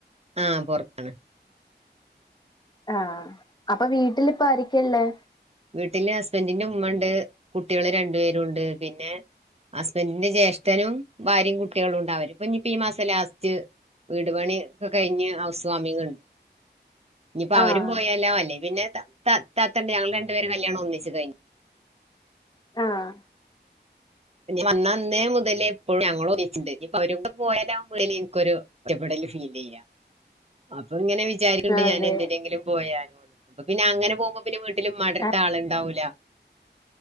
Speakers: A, on the right; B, on the left.
A: ആഹ് പൊറത്താണ്
B: ആഹ അപ്പൊ വീട്ടിലിപ്പം ആരൊക്കെള്ളേ?
A: വീട്ടില് ഹസ്ബൻഡിന്റെ ഉമ്മണ്ട് കുട്ടികള് രണ്ടു പേരുണ്ട് പിന്നെ ഹസ്ബൻഡിന്റെ ജ്യേഷ്ഠനും ഭാര്യയും കുട്ടികളും ഉണ്ടാവും അവര് ഇപ്പൊ ഇനിപ്പോ ഈ മാസം ലാസ്റ്റ് വീട് പണി ഒക്കെ കഴിഞ്ഞ് ഹൗസ് വാമിംഗ്ണ്ട് ഇനിയിപ്പോ അവരും
B: ആഹ്
A: പോയാലോ അല്ലേ പിന്നെ ത താത്തണ്ട് ഞങ്ങൾ രണ്ടുപേര് കല്യാണം ഒന്നിച്ച് കഴിഞ്ഞ്
B: ആഹ്
A: ഇനി വന്ന അന്നേ മുതലേ എപ്പോഴും ഞങ്ങളൊന്നിച്ച്ണ്ട് ഇപ്പ അവരും പോയാലോ, പോയാല് എനിക്കൊരു ഒറ്റപ്പെടല് ഫീൽ ചെയ്യാ അപ്പൊ ഇങ്ങനെ വി വിചാരിക്കുണ്ട്
B: അതെ
A: ഞാൻ എന്തിനെങ്കിലും പോയാലോന്ന് അപ്പൊ പിന്നെ അങ്ങനെ പോകുമ്പോ പിന്നെ വീട്ടിൽ ഇമ്മാൻ്റെ അടുത്ത്
B: ആഹ്
A: ആളുണ്ടാവൂല്ല